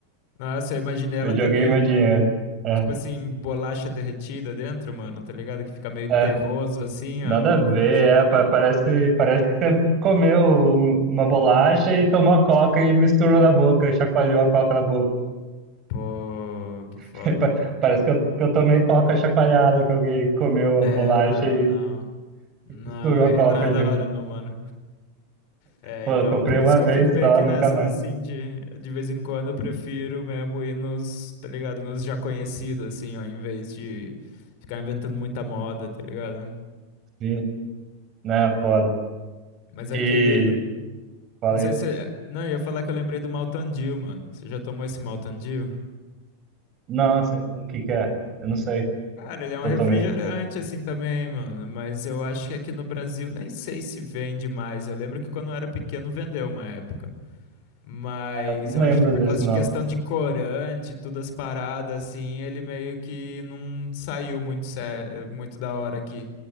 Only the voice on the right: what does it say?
Eu
joguei
meu dinheiro. É,
é.
Nada
a ver,
é,
pa- parece, parece que você comeu um- uma bolacha e tomou a coca e misturou na boca, chacoalhou a coca na boca.
<laughs> Pa-
Parece
que eu, que eu tomei coca chacoalhada, que alguém comeu
a bolacha
e
misturou
a coca
junto.
Pô,
eu comprei
uma
vez
só,
nunca
mais.
Sim, né, foda.
E
falei,
não, assim, o que que é? Eu não sei,
eu
tomei.
Eu não
lembro
desse,
não.